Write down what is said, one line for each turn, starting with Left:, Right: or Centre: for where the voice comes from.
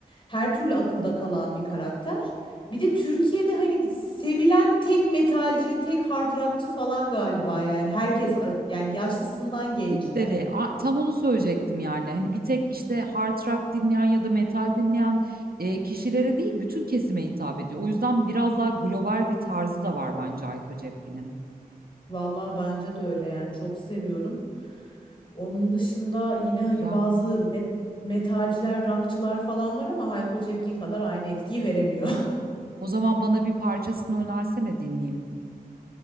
Left: her türlü akılda kalan bir karakter. Bir de Türkiye'de hani sevilen tek metalci, tek hard rockçı falan galiba yani herkes yani yaşlısından gencine.
Right: hitleri a- tam onu söyleyecektim yani hani bir tek işte hard rock dinleyen ya da metal dinleyen e, kişilere değil bütün kesime hitap ediyor. O yüzden biraz daha global bir tarzı da var bence Ayko Cepkin'in.
Left: Vallahi bence de öyle yani çok seviyorum. Onun dışında yine hani
Right: Güzel.
Left: bazı met- metalciler, rockçılar falan var ama Hayko Cepkin kadar aynı etkiyi veremiyor. <laughs>
Right: O zaman bana bir parçasını önersene dinleyeyim.